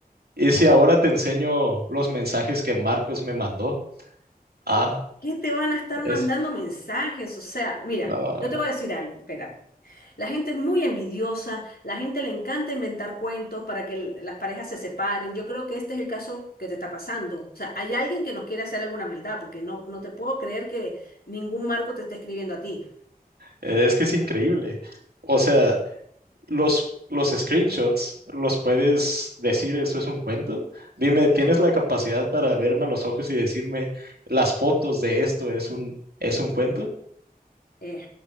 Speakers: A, on the right; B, on the left.
A: Y si ahora te enseño los mensajes que Marcos me mandó, ah,
B: ¿Qué te van a estar mandando
A: es,
B: mensajes? O sea, mira,
A: no,
B: yo te voy a decir algo, espera. La gente es muy envidiosa, la gente le encanta inventar cuentos para que l- las parejas se separen. Yo creo que este es el caso que te está pasando. O sea, hay alguien que nos quiere hacer alguna maldad, porque no, no te puedo creer que ningún marco te esté escribiendo a ti.
A: es que es increíble. O sea, los, los screenshots, los puedes decir, eso es un cuento. Dime, ¿tienes la capacidad para verme a los ojos y decirme las fotos de esto es un, es un cuento?
B: Eh,